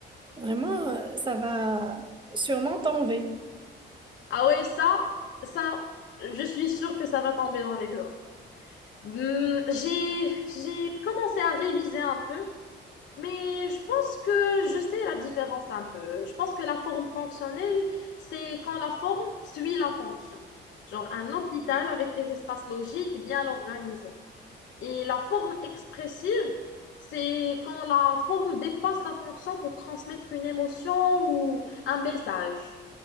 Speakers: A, on the right; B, on the left.
A: Vraiment, euh, ça va sûrement t'enlever.
B: Ah ouais, ça, ça, je suis sûre que ça va tomber dans l'examen. Hmm, j'ai, j'ai commencé à réviser un peu Mais je pense que je sais la différence un peu. Je pense que la forme fonctionnelle, c'est quand la forme suit la fonction. Genre un hôpital avec des espaces logiques bien organisés. Et la forme expressive, c'est quand la forme dépasse la fonction pour transmettre une émotion ou un message.